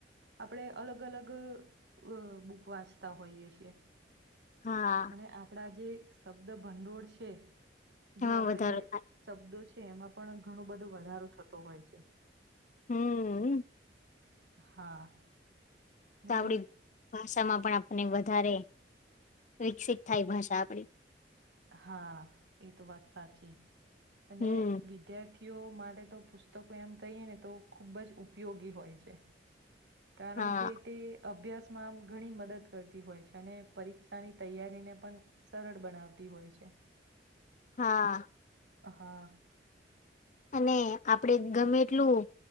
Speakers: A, on the right; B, on the left.
A: આપણે અલગ અલગ અ બુક વાંચતા હોઈએ છીએ.
B: હા
A: અને આપણા જે શબ્દ ભંડોળ છે. જે
B: એમાં
A: આપણેે
B: વધારો થાય
A: શબ્દો છે એમાં પણ ઘણો બધો વધારો થતો હોય છે.
B: હમ
A: હા ને
B: તો આપડી ભાષામાં પણ અને વધારે વિકસિત થાય ભાષા આપડી
A: હા એ તો વાત સાચી અને
B: હમ
A: વિદ્યાર્થી ઓ માટે તો પુસ્તકો એમ કહીએ ને તો ખૂબ જ ઉપયોગી હોય છે. કારણ
B: હા
A: કે તે અભ્યાસમાં આમ ઘણી મદદ કરતી હોય છે અને પરીક્ષાની તૈયારીને પણ સરળ બનાવ તી હોય છે.
B: હા
A: હા
B: અને આપડે ગમે એટલું